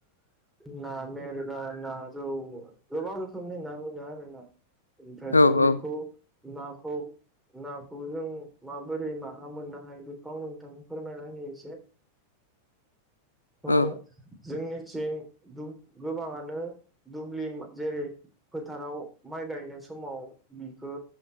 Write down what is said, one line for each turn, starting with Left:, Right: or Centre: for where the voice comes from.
Centre: ना मेरगा ना रौ गोबां रोखोमनि ना मोनो आरो ना। ओमफ्रायथ'
Left: औ
Centre: बेखौ
Left: औ
Centre: नाखौ नाखौ जों माबोरै माहा मोननो हायो बेखौ आं नोंथां फोरमायना होनि एसे
Left: <unintelligible>
Centre: अ
Left: ओ
Centre: जोंनिथिं गोबाङानो दुब्लि जेरै फोथाराव माइ गायनाय समाव बिखौ